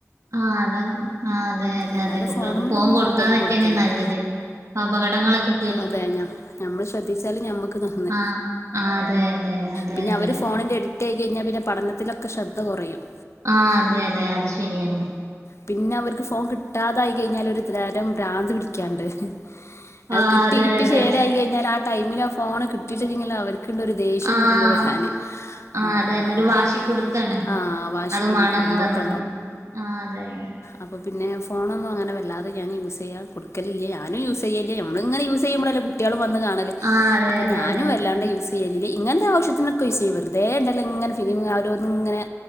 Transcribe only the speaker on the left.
അല്ലാതെ
ഫോണുമ്മിലൊന്നും
കുട്ടികൾക്ക് കൊടുക്കലില്ല
അതെ ഞാ ഞമ്മൾ ശ്രദ്ധിച്ചാല് ഞമ്മക്ക് നന്ന്
പിന്നെ
അവര് ഫോണിന്റെടി യി കെയ്ഞ്ഞ പിന്നെ പഠനത്തിനക്കെ ശ്രദ്ധ കൊറയും.
പിന്നെ അവർക്ക് ഫോൺ കിട്ടാതായി കഴിഞ്ഞാൽ ഒര് തരം ഭ്രാന്ത് പിടിക്കാണ്ട്. അഹ്
കിട്ടികിട്ടി
ശേലായി കയിഞ്ഞാൽ ആ ടൈമിലാ ഫോണ് കിട്ടീട്ടില്ലെങ്കില്ല അവർക്ക്ണ്ടൊര് ദേഷ്യം
കുർമ്പും വരാന്
ആ
ആ
ആ
ആ വാശിയും
കുറുമ്പൊക്കെ
അപ്പോ പിന്നെ ഫോണൊന്നും അങ്ങനെ വല്ലാതെ ഞാൻ യൂസ് യ്യാൻ കൊട്ക്കലില്ല ഞാനും യൂസ് യ്യൽ നമ്മ്ൾങ്ങനെ യൂസ് യ്യുമ്പളല്ലേ കുട്ട്യേളും വന്ന് കാണല്
അപ്പ
ഞാനും
വല്ലാണ്ട് യൂസ് യ്യലില്ല ഇങ്ങൻതെ ആശ്യത്തിനക്കെ യൂസ്യ്യും വെർതെണ്ടല്ലൊ ങ്ങനെ ഫിലിം ആ ഓരോന്ന് ങ്ങനെ